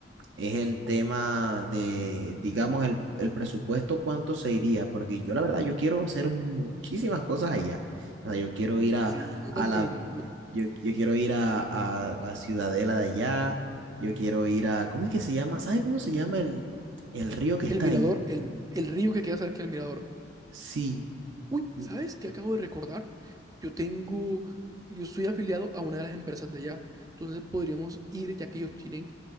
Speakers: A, on the right; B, on the right.
A: es el tema de, digamos, el, el presupuesto, cuánto se iría, porque yo la verdad, yo quiero hacer muchísimas cosas allá. O sea, yo quiero ir a,
B: Sí, yo
A: a
B: también.
A: la, yo, yo quiero ir a, a la ciudadela de allá, yo quiero ir a, ¿cómo es que se llama? ¿Sabe cómo se llama el, el río que
B: El
A: está
B: mirador,
A: ahí?
B: el, el río que queda cerca del mirador.
A: Sí,
B: Uy,
A: mm,
B: ¿sabes qué acabo de recordar? Yo tengo, yo soy afiliado a una de las empresas de allá. Entonces podríamos ir, ya que ellos tienen